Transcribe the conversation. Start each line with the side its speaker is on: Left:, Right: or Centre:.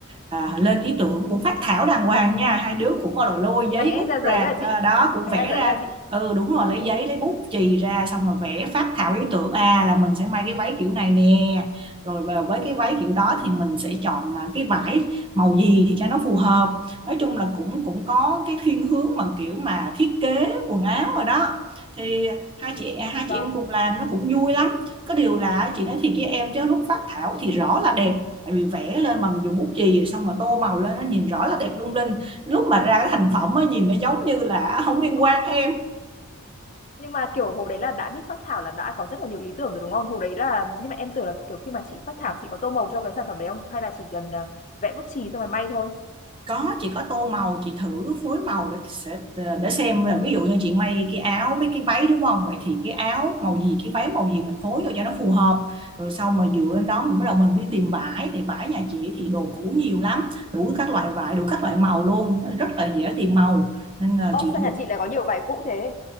Right: ờ, à, lên ý tưởng cũng phát thảo đàng hoàng nha hai đứa cũng bắt đầu lôi giấy
Left: vẽ
Right: bút
Left: ra
Right: ra
Left: giấy à chị?
Right: à, đó cũng
Left: Vẽ
Right: vẽ
Left: ra giấy
Right: ra
Left: à chị?
Right: ừ đúng rồi lấy giấy lấy bút chì ra xong rồi vẽ phác thảo ý tưởng à là mình sẽ may cái váy kiểu này nè rồi về với cái váy kiểu đó thì mình sẽ chọn à, cái vải màu gì thì cho nó phù hợp nói chung là cũng cũng có cái thiên hướng mà kiểu mà thiết kế quần áo rồi đó thì hai chị à, hai
Left: Vâng.
Right: chị em cùng làm nó cũng vui lắm có điều là chị nói thiệt với em chứ lúc phác thảo thì rõ là đẹp tại vì vẽ lên bằng dùng bút chì xong rồi tô màu lên nó nhìn rõ là đẹp lung linh lúc mà ra cái thành phẩm á nhìn nó giống như là không
Left: <laughs>
Right: liên quan hay
Left: nhưng mà kiểu hồi đấy là đã biết phác thảo là đã có rất là nhiều ý tưởng rồi đúng không hồi đấy là nhưng mà em tưởng là kiểu khi mà chị phác thảo chị có tô màu cho cái sản phẩm đấy không hay là chỉ cần ờ, vẽ bút chì xong rồi may thôi
Right: có chị có tô màu chị thử phối màu để sẽ ờ, để xem là ví dụ như chị may cái áo với cái váy đúng không vậy thì cái áo màu gì cái váy màu gì mình phối vô cho nó phù hợp rồi sau mà dựa lên đó mình bắt đầu mình đi tìm vải thì vải nhà chị thì đồ cũ nhiều lắm đủ các loại vải đủ các loại màu luôn rất là dễ tìm màu nên là
Left: ô
Right: chị
Left: sao
Right: thường
Left: nhà chị lại có nhiều vải cũ thế?